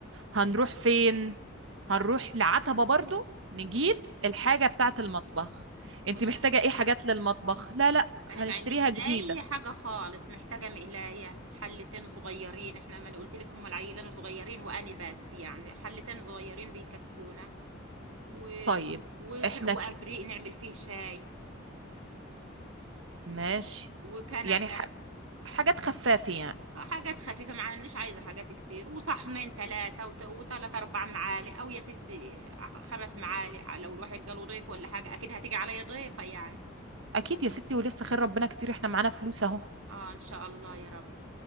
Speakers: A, on the right; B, on the right.
A: هنروح فين هنروح لعتبة برضو نجيب الحاجة بتاعة المطبخ
B: مستخدم
A: انت محتاجة ايه حاجات للمطبخ لا لا هنشتريها
B: انا ما عنديش
A: جديدة
B: اي حاجة خالص محتاجة مقلاية حلتين صغيرين احنا ما انا قلت لك هم العيلان صغيرين وانا بس يعني حلتين صغيرين بيكفونا و...
A: طيب
B: وك...
A: احنا
B: وابريق
A: ك...
B: نعمل فيه شاي
A: ماشي
B: وكنكه
A: يعني ح... حاجات خفافة يعني
B: آه، حاجات خفيفه معناش عايزه حاجات كتير وصحنين ثلاثه وثلاث اربع معالق او يا ست آه، خمس معالق آه، لو الواحد جاله ضيف ولا حاجه اكيد هتيجي عليا ضيفه يعني
A: اكيد يا ستي ولسه خير ربنا كتير احنا معانا فلوس اهو
B: اه ان شاء الله يا رب